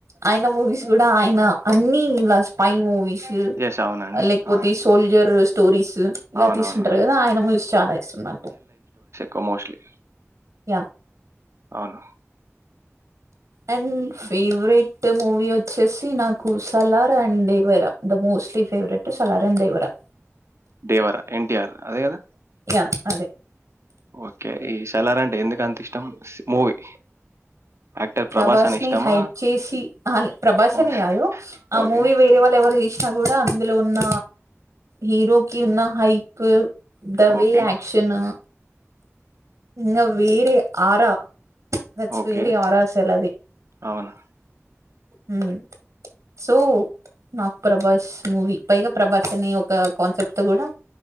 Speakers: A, on the right; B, on the right.
A: ఆయన మూవీస్ కూడా ఆయన అన్నీ ఇలా స్పై మూవీస్
B: యెస్ అవునండి.
A: లేక్ పోతే
B: ఆ!
A: సోల్జర్ టోరీస్ ఇలా
B: అవునవును.
A: తీసుకుంటారు కదా ఆయన మువీస్ చాలా ఇష్టం నాకు
B: కొ మోస్ట్లి
A: యా
B: అవును
A: అండ్ ఫేవరెట్ మూవీ వచ్చేసి నాకు సలార్ అండి Devara the mostly favourite Salaar and Devara
B: Devara NTR అదె కదా
A: య అదే
B: ఒకే ఈ సలార్ అంటే ఎందుకు అంత ఇష్టం స్ మూవీ యాక్టర్
A: ప్రభాస్
B: అని ఇష్టమా?
A: ని హైప్ చేసి అ ప్రభాస్
B: ఓహ్!
A: అనే కాదు ఆ
B: ఓకే.
A: మూవీ వేరే వాళ్ళు ఎవరు తీస్ కూడా అందులో ఉన్న హీరోకిి ఉన్న hype the way
B: okay.
A: Action ఇంగ వేరే ఆరా థట్స్
B: ఓకే.
A: వేరె ఆరా సలది
B: అవును.
A: హుమ్ సో నాక్ ప్రభాస్ మూవీ పైగా ప్రభాస్ అనే ఒక కాన్సెప్ట్ తో కూడా